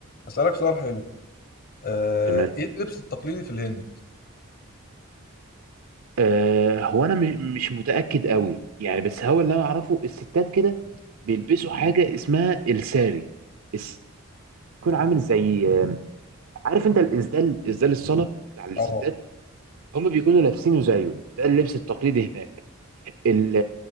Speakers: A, on the left; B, on the right.
A: اسالك سؤال حلو آه،
B: تمام
A: ايه اللبس التقليدي في الهند
B: أه هو أنا مش مش متأكد قوي يعني بس هو اللي أنا أعرفه الستات كده بيلبسوا حاجة اسمها الساري الس- بيكون عامل زي آه، عارف أنت الإسدال إسدال الصلاة بتاع الستات
A: اه
B: هم بيكونوا لابسينه زيه ده اللبس التقليدي هناك ال